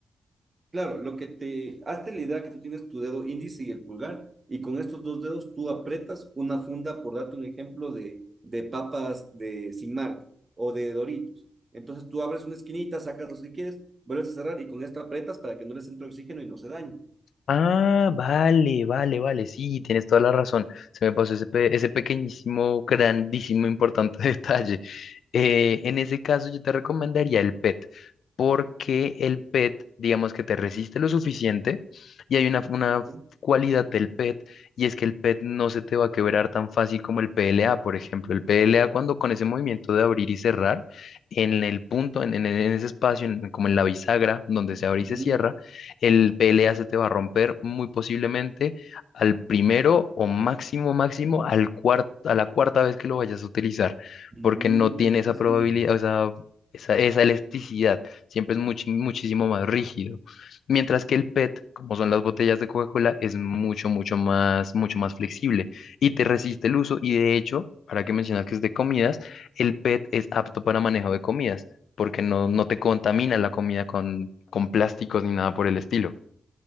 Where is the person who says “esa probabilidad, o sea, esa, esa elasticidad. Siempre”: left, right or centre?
Left